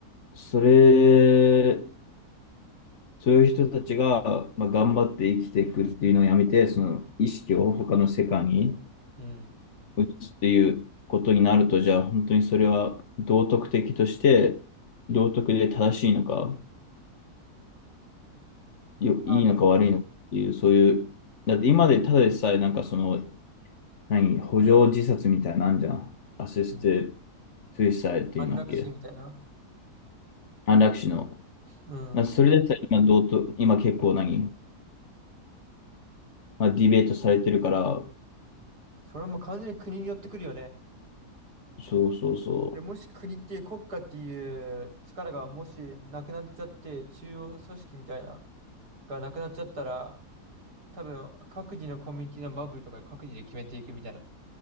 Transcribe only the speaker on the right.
うん。
まあね。
うん。
安楽死みたいな。
うん。
それも完全に国によってくるよね。
で、もし国っていう国家っていう力がもしなくなっちゃって、中央組織みたいな、がなくなっちゃったら、多分、各自のコミュニティのバブルとかで各自で決めていくみたいな